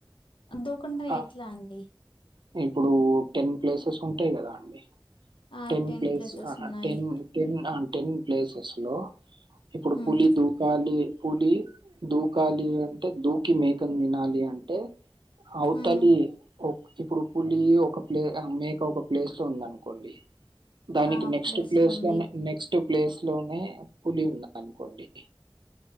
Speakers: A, on the left; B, on the right.
A: అదొకుండ
B: ఆ
A: ఎట్లా అండి
B: ఇప్పుడు టెన్ ప్లేసెస్ ఉంటాయి కదా అండి
A: ఆ
B: టెన్ ప్లేస్
A: ప్లేసెస్
B: ఆ
A: ఉన్నాయి
B: టెన్ టెన్ ఆ టెన్ ప్లేసెస్‌లో ఇప్పుడు
A: ఉమ్
B: పులి దూ కాలి పులి దూకాలి అంటే దూకి మేకని తినాలి అంటే అవుతాలి
A: ఉమ్
B: ఇప్పుడు పులి ఒక ప్లే మేక ఒక ప్లేస్‌లో ఉందనుకోండి దానికి
A: ఆ
B: నెక్స్ట్
A: ప్లేస్
B: ప్లేస్‌లోనే
A: లో ఉంది
B: నెక్స్ట్ ప్లేస్‌లోనే పులి ఉంది అనుకోండి